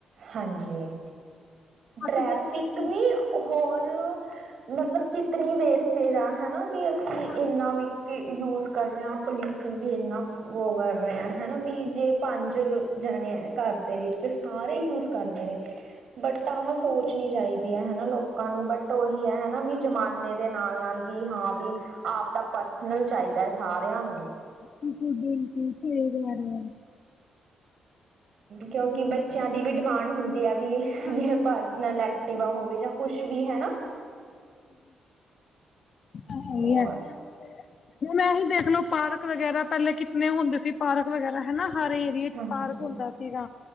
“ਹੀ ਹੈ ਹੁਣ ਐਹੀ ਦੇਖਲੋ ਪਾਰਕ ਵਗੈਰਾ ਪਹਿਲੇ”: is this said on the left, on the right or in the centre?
Left